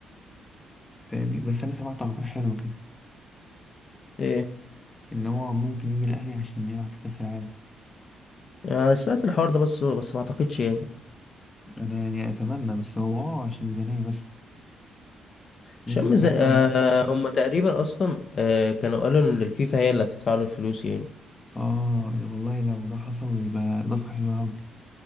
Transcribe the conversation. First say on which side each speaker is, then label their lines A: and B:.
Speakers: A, on the left; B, on the left.
A: فاهمني بس انا سمعت اخبار حلوه كده
B: ايه
A: ان هو ممكن يجي الاهلي عشان يلعب في كاس العالم
B: انا سمعت الحوار ده بس بس ما اعتقدش يعني
A: انا يعني اتمنى بس هو اه عشان ميزانية بس
B: شم
A: انت تتمنى
B: زي آه هم تقريبا اصلا آه كانوا قالوا ان الفيفا هي اللي هتدفع له الفلوس يعني
A: اه لا والله لو ده حصل يبقى اضافة حلوة اوي